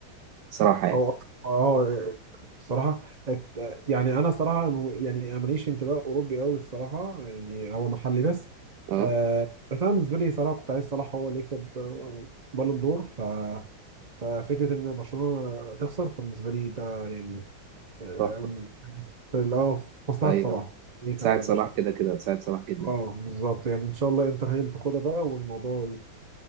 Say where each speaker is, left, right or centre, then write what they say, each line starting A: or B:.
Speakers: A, on the right; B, on the right.
A: صراحه يعني
B: هو اه الصراحة ات- يعني أنا صراحة م- يعني ماليش انتماء أوروبي أوي الصراحة يعني هو محلي بس
A: اه
B: آه بس أنا بالنسبة لي صراحة كنت عايز صلاح هو اللي يكسب آه، بالون دور ف ففكرة إن برشلونة تخسر فبالنسبة لي ده يعني آه،
A: تحفه
B: يعني في ال- اه في مصلحة
A: ايوه
B: صلاح إيه
A: ساعد
B: تمام
A: صلاح
B: مش
A: كده كده ساعد صلاح جدا
B: اه بالظبط يعني إن شاء الله إنتر هي اللي تاخدها بقى والموضوع